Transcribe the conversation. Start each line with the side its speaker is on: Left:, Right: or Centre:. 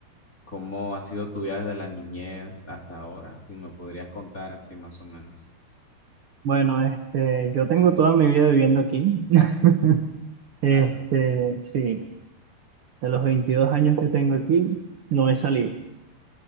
Left: cómo ha sido tu vida desde la niñez hasta ahora, si me podrías contar así más o menos.
Right: Bueno, este, yo tengo toda mi vida viviendo aquí. <laughs> Este,
Left: Claro.
Right: sí, de los 22 años que tengo aquí, no he salido.